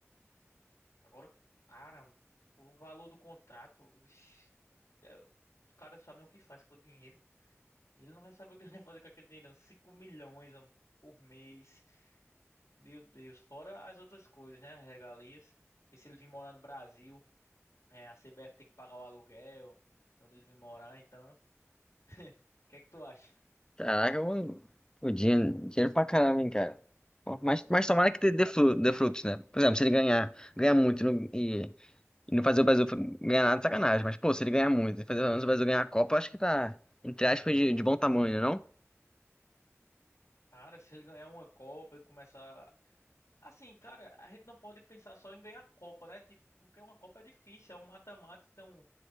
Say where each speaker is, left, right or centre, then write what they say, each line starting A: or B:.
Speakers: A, on the left; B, on the left.
A: Agora, cara, o valor do contrato, ixi, é, o cara não sabe nem o que faz com o dinheiro. Ele não vai saber o que ele vai fazer com aquele dinheiro, não. cinco milhões, mano, por mês. Meu Deus, fora as outras coisas, né? Regalias. E se ele vir morar no Brasil, é, a CBF tem que pagar o aluguel, onde ele vir morar, então. <laughs> O que é que tu acha?
B: Caraca, mano. Pô, dinheiro, dinheiro pra caramba, hein, cara. Pô, mas,
A: Ué.
B: mas tomara que dê, dê fru- dê frutos, né? Por exemplo, se ele ganhar, ganhar muito no- e E não fazer o Brasil ganhar nada, é sacanagem. Mas, pô, se ele ganhar muito e fazer pelo menos o Brasil ganhar a Copa, eu acho que tá, entre aspas, de, de bom tamanho, né, não?
A: Cara, se ele ganhar uma Copa e começar. Assim, cara, a gente não pode pensar só em ganhar a Copa, né? Tipo, porque uma Copa é difícil, é um mata-mata, então